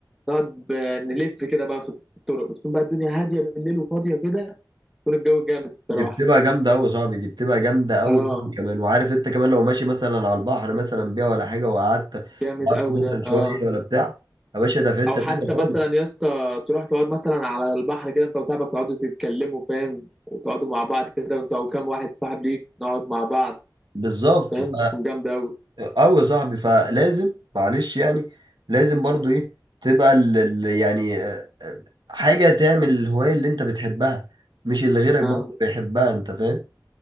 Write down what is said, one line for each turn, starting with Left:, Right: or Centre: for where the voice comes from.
Centre: نقعد آه، نلف كده بقى في الطرق بتكون بقى الدنيا هاديه بالليل وفاضيه كده يكون الجو جامد الصراحه
Right: دي بتبقى جامده قوي يا صاحبي دي بتبقى جامده قوي
Centre: اه
Right: كمان وعارف انت كمان لو ماشي مثلا على البحر مثلا بيها ولا حاجه وقعدت
Centre: جامد
Right: وقفت
Centre: قوي
Right: مثلا
Centre: ده
Right: شويه
Centre: اه
Right: ولا بتاع يا باشا ده في حته
Centre: او حتى
Right: تانيه خالص
Centre: مثلا يا اسطى تروح تقعد مثلا على البحر كده انت وصاحبك تقعدوا تتكلموا فاهم وتقعدوا مع بعض كده وانت او كام واحد صاحب ليك نقعد مع بعض
Right: بالظبط
Centre: فاهم
Right: ف
Centre: تكون جامده قوي
Right: قوي يا صاحبي فلازم معلش يعني لازم برضو ايه تبقى ال... ال- يعني آه، آه، حاجه تعمل الهوايه اللي انت بتحبها مش اللي غيرك
Centre: اه
Right: برضه بيحبها انت فاهم